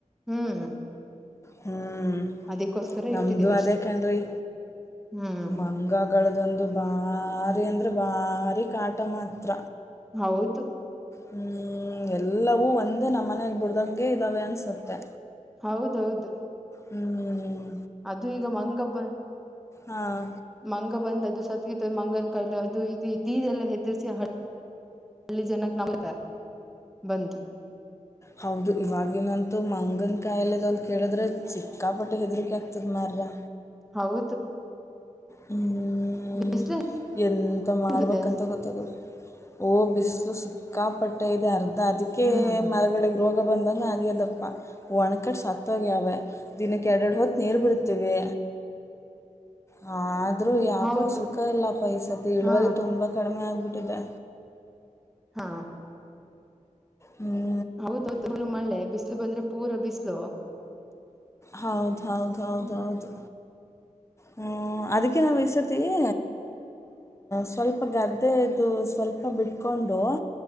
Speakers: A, in the centre; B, on the left (about 20°).
A: ಹ್ಮ್
B: ಹ್ಮ್ ಹ್ಮ್
A: ಅದಕ್ಕೋಸ್ಕರ
B: ನಮ್ದು
A: ಇಟ್ಟಿದ್ದೀವಿ
B: ಅದೇ
A: ಅಷ್ಟೆ
B: ಕಣ್ರಿ
A: ಹ್ಮ್
B: ಮಂಗಗ್ಳದೊಂದು ಬಾರಿ ಅಂದ್ರೆ ಬಾರಿ ಕಾಟ ಮಾತ್ರ.
A: ಹೌದು.
B: ಹ್ಮ ಎಲ್ಲವೂ ಒಂದೇ ನಮ್ಮನೇಲಿ ಬಿಡ್ದಾಗೆ ಇದ್ದಾವೆ ಅನ್ಸುತ್ತೆ.
A: ಹೌದೌದು.
B: ಹ್ಮ್
A: ಅದು ಈಗ ಮಂಗ ಬ
B: ಹಾಂ
A: ಮಂಗ ಬಂದ ಅದು ಸತ್ ಗಿತ್ ತ ಮಂಗನ್ಕಾಯ್ಲು ಅದು ಇದು ಇದೀದೆಲ್ಲ ಹೆದ್ರಿಸಿ ಹಳ್ಳಿ ಜನಕ್ ನಮ್ಬ್ ಬಂದ್.
B: ಹೌದು ಇವಾಗಿನಂತೂ ಮಂಗನ್ ಕಾಯ್ಲೆದೊಂದ್ ಕೇಳುದ್ರೆ ಸಿಕ್ಕಾಪಟ್ಟೆ ಹೆದ್ರಿಕೆ ಆಗ್ತದ್ ಮಾರ್ರೆ.
A: ಹೌದು.
B: ಹ್ಮ್ ಹ್ಮ್
A: ಬಿಸ್ಲು
B: ಎಂಥ ಮಾಡ್ಬೇಕಂತ
A: ಹೆಂಗಿದೆ
B: ಗೊತ್ತಾಗಲ್. ಓ ಬಿಸ್ಲು ಸಿಕ್ಕಾಪಟ್ಟ ಇದೆ ಅರ್ ಡ ಅದಕ್ಕೆ
A: ಹ್ಮ್
B: ಮರಗಳ್ ರೋಗ ಬಂದಂಗೆ ಆಗ್ಯದಪ್ಪ ಒಣಕಟ್ಟ ಸತ್ತೋಗ್ಯಾವೆ ದಿನಕ್ಕೆ ಎಡೆರಡು ಹೊತ್ತು ನೀರು ಬಿಡ್ತೀವಿ. ಹಾ. ಆದ್ರರು ಯಾಕೋ
A: ಹೌದು
B: ಸುಖ ಇಲ್ಲಪ್ಪ ಈ ಸತಿ ಇಳುವರಿ
A: ಹಾ
B: ತುಂಬಾ ಕಡಿಮೆ ಆ ಬಿಟದೆ.
A: ಹಾ.
B: ಹ್ಞೂ
A: ಹೌದು ದುಳು ಮಳೆ ಬಿಸ್ಲು ಬಂದ್ರೆ ಪೂರ ಬಿಸ್ಲು
B: ಹೌದ ಹೌದ್ ಹೌದ
A: ಹ್ಮ್
B: ಹೌದು ಹ್ಮ ಅದಕ್ಕೆ ನಾವು ಎಸತ್ತೀವಿ ಸ್ವಲ್ಪ ಗದ್ದೆದು ಸ್ವಲ್ಪ ಬಿಟ್ಟು ಕೊಂಡು